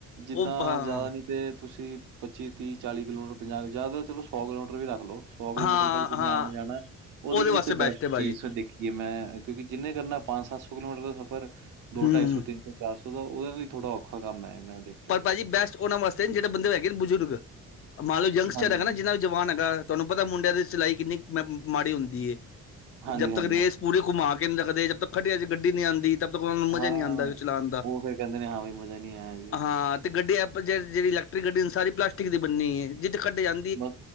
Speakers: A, on the right (about 85°); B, on the left (about 45°).
A: ਜਿੱਦਾਂ
B: ਉਹ ਹਾਂ,
A: ਜਆਦਾ ਨੀ, ਤੇ ਤੁਸੀਂ ਪੱਚੀ ਤੀਹ ਚਾਲੀ ਕਿਲੋਮੀਟਰ ਪੰਜਾਹ ਜ਼ਿਆਦਾ ਚਲੋ ਸੌ ਕਿਲੋਮੀਟਰ ਵੀ ਰੱਖ ਲਓ। ਸੌ ਕਿਲੋਮੀਟਰ
B: ਹਾਂ,
A: ਤੱਕ ਜਿੰਨੇ
B: ਹਾਂ।
A: ਆਉਣਾ, ਜਾਣਾ ਉਹਦੇ ਲਈ
B: ਵਾਸਤੇ
A: ਤੇ ਬੈਸਟ
B: ਹੈ ਭਾਜੀ
A: ਚੀਜ਼ ਦੇਖੀਏ ਮੈਂ ਕਿਉਂਕਿ, ਜਿੰਨੇ ਕਰਨਾ ਪੰਜ ਸੱਤ ਸੌ ਕਿਲੋਮੀਟਰ ਦਾ ਸਫ਼ਰ ਦੋ
B: ਹੂੰ
A: ਢਾਈ ਸੌ ਤਿੰਨ ਸੌ ਚਾਰ ਸੌ ਦਾ ਉਹਦੇ ਨਾਲ ਲਈ ਥੋੜਾ ਔਖਾ ਕੰਮ ਹੈ, ਇਹ ਮੈਂ ਦੇਖਿਆ।
B: ਪਰ ਭਾਜੀ ਬੈਸਟ ਉਨਾਂ ਵਾਸਤੇ ਜਿਹੜੇ ਬੰਦੇ ਹੈਗੇ, ਨੇ ਬਜ਼ੁਰਗ ਮੰਨ ਲਓ ਯੰਗਸਟਰ
A: ਹਾਂਜੀ,
B: ਹੈਗਾ
A: ਹਾਂਜੀ।
B: ਨਾ ਜਿਹਨਾਂ ਜਵਾਨ ਹੈਗਾ, ਤੁਹਾਨੂੰ ਪਤਾ ਮੁੰਡਿਆਂ ਦੀ ਸਿਲਾਈ ਕਿੰਨੀ ਮਾੜੀ ਹੁੰਦੀ ਹੈ।
A: ਹਾਂਜੀ,
B: ਜਦ
A: ਹਾਂਜੀ,
B: ਤੱਕ ਰੇਸ
A: ਹਾਂਜੀ।
B: ਪੂਰੇ ਘੁੰਮਾ ਕੇ ਨਹੀਂ ਰੱਖਦੇ ਜਦ ਤੱਕ ਖਟੀੇ ਚੇ ਗੱਡੀ ਨੀ ਆਦੀ ਤ ਉਹਨਾਂ ਨੂੰ ਮਜ਼ਾ
A: ਹਾਂ,
B: ਨਹੀਂ ਆਂਦਾ ਚਲਾਣ ਦਾ,
A: ਉਹ ਫਿਰ ਕਹਿੰਦੇ ਨੇ ਹਾਂ ਵੀ ਮਜ਼ਾ ਨਹੀਂ ਆਇਆ। ਜੀ।
B: ਹਾਂ ਤੇ ਗੱਡੀ ਜਿਹੜੀ ਇਲੈਕਟ੍ਰਿਕ ਗੱਡੀ ਸਾਰੀ ਪਲਾਸਟਿਕ ਦੀ ਬੰਨੀ ਹੈਏ ਜਿੱਥੇ ਕੱਢੇ ਜਾਂ,
A: ਬ